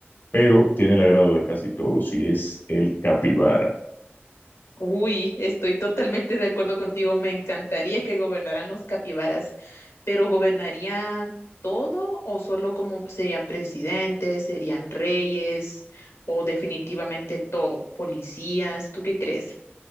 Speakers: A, on the left; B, on the left.
A: pero tiene el agrado de casi todos y es el capibara.
B: Uy, estoy totalmente de acuerdo contigo. Me encantaría que gobernaran los capibaras, pero ¿gobernarían todo o solo como serían presidentes, serían reyes o definitivamente todo, policías? ¿Tú qué crees?